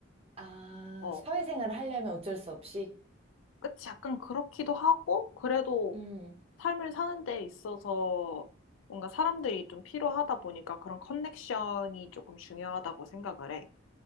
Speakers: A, on the right (about 30°); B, on the left (about 70°).
A: 아,
B: 어,
A: 사회생활을 하려면 어쩔 수 없이?
B: 그치. 약간 그렇기도 하고, 그래도
A: 음.
B: 삶을 사는 데 있어서 뭔가 사람들이 좀 필요하다 보니까 그런 커넥션이 조금 중요하다고 생각을 해.